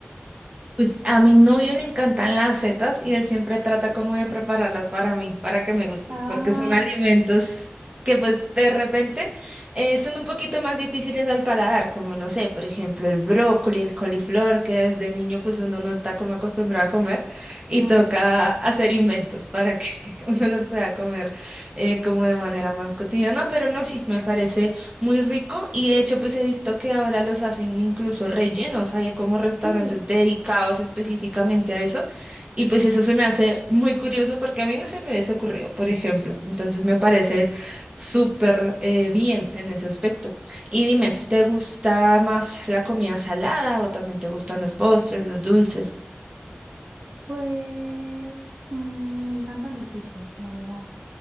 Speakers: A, on the right (about 30°); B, on the right (about 50°).
A: Pues a mi novio le encantan las setas y él siempre trata como
B: Sí,
A: de prepararlas para mí, para que me gusten,
B: ah,
A: porque son alimentos que pues de repente eh, son un poquito más difíciles al paladar, como no sé, por ejemplo, el brócoli, el coliflor, que desde niño pues uno no está como acostumbrado a comer
B: claro,
A: y toca hacer inventos para que <laughs> uno los pueda comer eh, como de manera más cotidiana, pero no, sí, me parece. Muy rico y de hecho pues he visto que ahora los hacen incluso rellenos, hay como restaurantes
B: sí,
A: dedicados específicamente a eso y pues eso se me hace muy curioso porque a mí no se me hubiese ocurrido, por ejemplo, entonces me parece súper eh, bien en ese aspecto. Y dime,
B: claro.
A: ¿te gusta más la comida salada o también te gustan los postres, los dulces?
B: Pues mm, me encantan los dulces, la verdad.